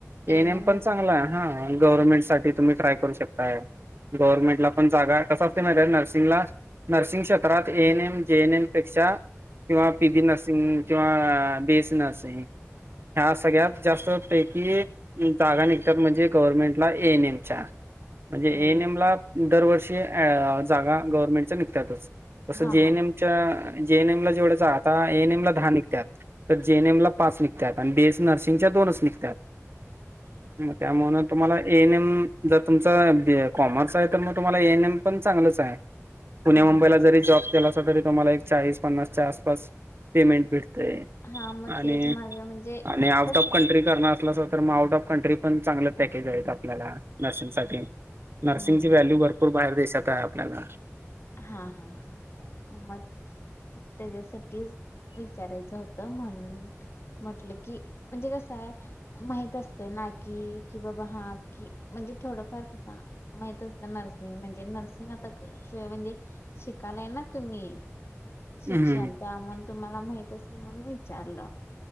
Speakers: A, on the right; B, on the left.
A: एएनएम
B: एन एम
A: पण
B: भेट
A: चांगला हाय हा गव्हर्नमेंटसाठी तुम्ही ट्राय करू शकताय. गव्हर्नमेंट ला पण जागा, कसं असतयं माहीती हाय नर्सिंगला नर्सिंग क्षेत्रात एएनएम, जेएनएम पेक्षा किंवा पीबी नर्सिंग किंवा बीएससी नर्सिंग ह्या सगळ्यात जास्त पैकी जागा निघतात म्हणजे गव्हर्नमेंटला एएनएमच्या. म्हणजे एएनएम
B: एन एम
A: ला दरवर्षी अहं जागा गव्हर्नमेंटच्या निघतातच. तसं
B: हा
A: जेएनएमच्या
B: हा हा
A: जेएनएम ला जेवढ्या जा आता एएनएम ला दहा निकत्यात. तर जेएनएम ला पाच निघत्यात, आणि बीएससी नर्सिंगच्या दोनच निघत्यात.
B: <inaudible>
A: त्यामुळं न तुम्हाला एएनएम जर तुमचं, कॉमर्स आहे तर मग तुम्हाला एएनएम पण चांगलच हायं. पुण्या
B: हम्म
A: मुंबईला जरी जॉब केला असा तरी, तुम्हाला एक चाळीस पन्नासच्या आसपास पेमेंट भेटतयं.
B: हा मग
A: आणि,
B: तेच माझं म्हणजे
A: आणि आउट
B: कसं
A: ऑफ कंट्री करणार असला तर मग आउट ऑफ कंट्रीपण चांगलंच पॅकेज आहेत. आपल्याला नर्सिंगसाठी नर्सिंगची
B: हम्म
A: व्हॅल्यू भरपूर बाहेर देशात आहे आपल्याला.
B: हा हा हा मग तेच्यासाठीच विचारायचं होतं म्हणून म्हटलं की म्हणजे कसं. माहित असतयं ना की, की बाबा हा की म्हणजे थोडंफार कसं माहित असत नर्सिंग म्हणजे, नर्सिंग आता कसं म्हणजे शिकालाय ना तुम्ही, शिक्षण
A: हम्म.
B: त्यामन तुम्हाला माहित असेल म्हणून विचारलं.